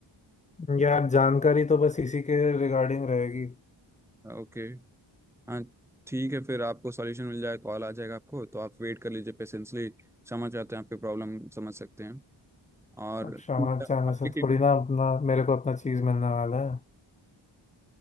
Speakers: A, on the left; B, in the centre.
A: यार जानकारी तो बस इसी के रिगार्डिंग रहेगी
B: ओके हाँ ठीक है फिर आपको सॉल्यूशन मिल जाए कॉल आ जाएगा आपको तो आप वेट कर लीजिए पेशेंसली क्षमा चाहते हैं आपकी प्रॉब्लम समझ सकते हैं और
A: अब क्षमा
B: आपकी
A: चाहने से
B: टीम
A: थोड़ी ना अपना मेरे को अपना चीज़ मिलने वाला है